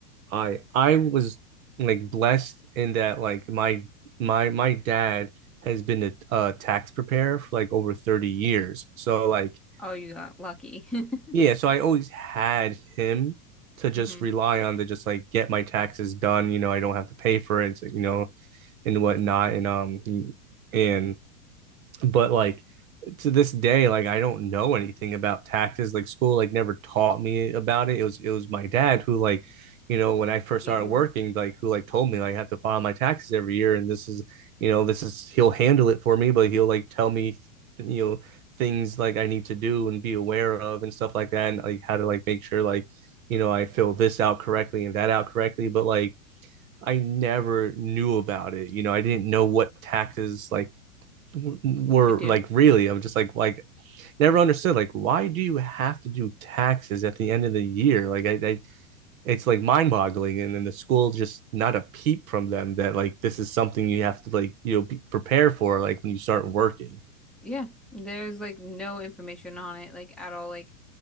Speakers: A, on the right; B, in the centre.
A: I I was like blessed in that like my my my dad has been a, a tax preparer for like over 30 years. So like
B: Oh, you got lucky. <laughs>
A: yeah, so I always had him to just
B: hmm
A: rely on to just like get my taxes done. You know, I don't have to pay for it, you know, and whatnot. And um, and but like to this day, like I don't know anything about taxes. Like school, like never taught me about it. It was it was my dad who like, you know, when I first
B: Gave
A: started
B: you
A: working,
B: that
A: like who like told me like, I have to file my taxes every year, and this is you know this is he'll handle it for me, but he'll like tell me you know things like I need to do and be aware of and stuff like that, and like how to like make sure like you know I fill this out correctly and that out correctly. But like I never knew about it. You know, I didn't know what taxes like were
B: to do.
A: like really i'm just like like never understood like why do you have to do taxes at the end of the year like i, I it's like mind boggling and then the school just not a peep from them that like this is something you have to like you know be, prepare for like when you start working
B: Yeah, there's like no information on it, like at all. Like